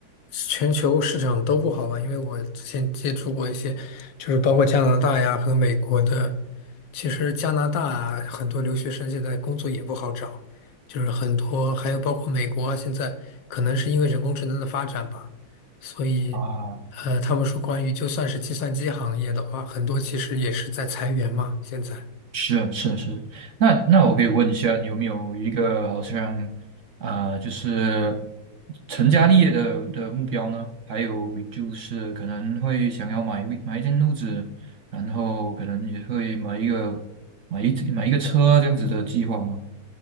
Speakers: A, on the left (about 70°); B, on the right (about 80°).
A: 全球市场都不好吧？因为我之前接触过一些，就是包括加拿大呀和美国的，其实加拿大啊很多留学生现在工作也不好找，就是很多，还有包括美国啊，现在可能是因为人工智能的发展吧，所以，
B: 啊。
A: 呃，他们说关于就算是计算机行业的话，很多其实也是在裁员嘛，现在。
B: 是是是，那那我可以问一下，你有没有一个好像啊、呃就是成家立业的的目标呢？还有就是可能会想要买一买一间屋子，然后可能也会买一个买一买一个车这样子的计划吗？